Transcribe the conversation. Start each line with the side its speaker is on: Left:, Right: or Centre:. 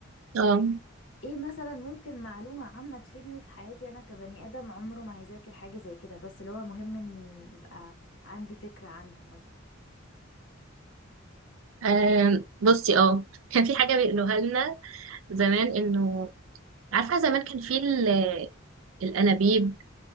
Right: اه
Left: ايه مثلا ممكن معلومة عامة تفيدني في حياتي انا كبني ادم عمره ما هيذاكر حاجة زي كده بس اللي هو مهم ان يبقى عندي فكرة عنها مثلا
Right: أم، بصي اه كان في حاجة بيقولوها لنا زمان انه عارفة زمان كان في ال- الأنابيب